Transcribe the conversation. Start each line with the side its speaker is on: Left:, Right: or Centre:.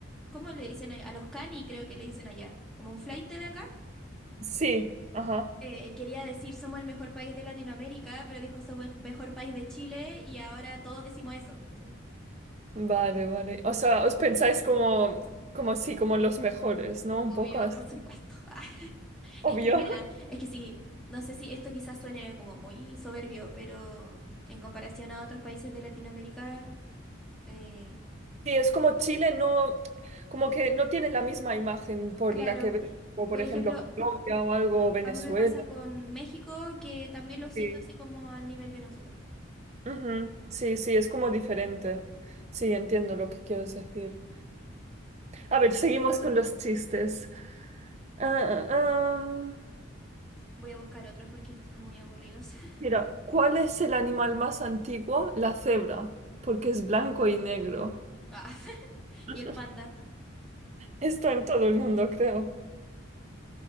Centre: ¿cómo le dicen allá? A los cani creo que le dicen allá, como un flaite de acá.
Right: Sí, ajá.
Centre: Eh, quería decir somos el mejor país de Latinoamérica, pero dijo somos el mejor país de Chile y ahora todos decimos eso, ¿cachai?
Right: Vale, vale. O sea, os pensáis como, como sí, como los mejores, ¿no? Un
Centre: Obvio,
Right: poco así.
Centre: por supuesto. <laughs>
Right: Obvio.
Centre: Es que mira, es que sí, no sé si esto quizás suene como muy soberbio, pero en comparación a otros países de Latinoamérica, eh,
Right: Sí, es como Chile no, como que no tiene la misma imagen por
Centre: claro,
Right: la que ves, como por
Centre: por
Right: ejemplo
Centre: ejemplo,
Right: Colombia o algo, o Venezuela.
Centre: A mí me pasa con México, que también lo siento
Right: Sí.
Centre: así como al nivel de nosotros.
Right: Ujú, Sí, sí, es como diferente. Sí, entiendo lo que quieres decir. A ver,
Centre: que
Right: seguimos con los chistes. Ah, ah, am.
Centre: Voy a buscar otros porque estos están muy aburridos. <laughs>
Right: Mira, ¿cuál es el animal más antiguo? La cebra, porque es blanco y negro.
Centre: Ah,
Right: <laughs>
Centre: y el panda,
Right: Esto en todo el mundo, creo.